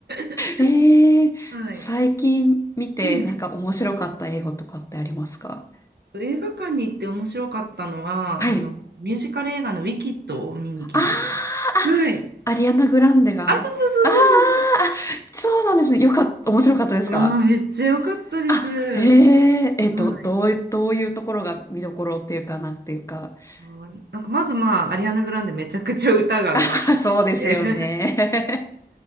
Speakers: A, on the right; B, on the left.
A: <laughs>
B: ええ最近見て、
A: はい。うん。
B: なんか面白かった映画とかってありますか
A: 映画館に行って面白かったのは、
B: はい。
A: あの、ミュージカル映画のウィキッドを見に来ましたよ。
B: あー
A: はい。
B: あ、アリアナ・グランデが。
A: あ、そうそうそうそう
B: あーあ、そうなんですね。よかった、面白かったですか
A: ああ、めっちゃ良かったです。
B: あ、
A: は
B: へえ、えっと、どうい、
A: い。
B: どういうところが見どころっていうか、なんていうか。<laughs>
A: うんなんかまずまあ、アリアナ・グランデめちゃくちゃ歌がうまくて。
B: あそうですよね。
A: <laughs>